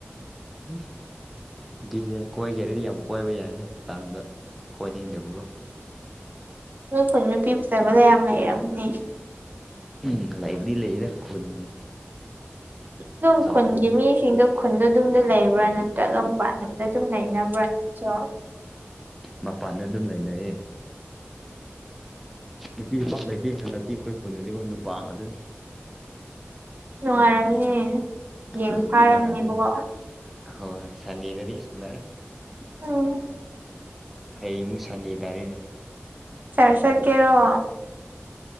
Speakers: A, in the centre; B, on the right (about 45°).
A: <unintelligible> ꯅꯨꯄꯤꯁꯦ ꯀꯣꯏꯒꯦ ꯍꯥꯏꯔꯗꯤ ꯌꯥꯝ ꯀꯣꯏꯕ ꯌꯥꯏꯗ ꯇꯟꯕ ꯀꯣꯏꯅꯤꯡꯗꯕꯒꯣ
B: ꯅꯣꯏ ꯈꯨꯟ ꯅꯨꯄꯤ ꯐꯖꯕ ꯌꯥꯝ ꯂꯩꯔꯝꯒꯅꯤ
A: ꯎꯝ ꯂꯩꯕꯗꯤ ꯂꯩꯌꯦꯗ ꯈꯨꯟ
B: ꯑꯗꯨꯝ
A: ꯆꯥꯎꯕꯅꯤꯅ
B: ꯈꯨꯟꯒꯤ ꯃꯤꯁꯤꯡꯗꯣ ꯈꯨꯟꯗ ꯑꯗꯨꯝꯗ ꯂꯩꯕ꯭ꯔꯥ ꯅꯠ <unintelligible> ꯄꯥꯟꯗ ꯑꯗꯨꯝ ꯂꯩꯅꯕ꯭ꯔꯥ ꯅꯪꯁꯨ
A: ꯃꯄꯥꯟꯗ ꯑꯗꯨꯝ ꯂꯩꯅꯩꯌꯦ ꯅꯨꯄꯤ ꯄꯥꯛ ꯂꯩꯇꯦ ꯍꯟꯗꯛꯇꯤ ꯑꯩꯈꯣꯏ ꯈꯨꯟꯗꯗꯤꯀꯣ ꯅꯨꯄꯥ ꯉꯥꯛꯇꯅꯤ
B: ꯅꯨꯡꯉꯥꯏꯔꯝꯅꯤ ꯌꯦꯡ
A: ꯍꯣꯏ
B: ꯐꯥꯔꯝꯅꯤꯕꯀꯣ
A: ꯅꯨꯄꯥ ꯉꯥꯠꯇꯅꯤꯅ ꯍꯣꯏ ꯁꯟꯗꯦꯗꯗꯤ ꯏꯁ ꯎꯅꯔꯦ
B: ꯎꯝ
A: ꯍꯌꯦꯡ ꯃꯨꯛ ꯁꯟꯗꯦ ꯇꯥꯔꯦꯅꯦ
B: ꯆꯥꯔꯁ ꯆꯠꯀꯦꯔꯣ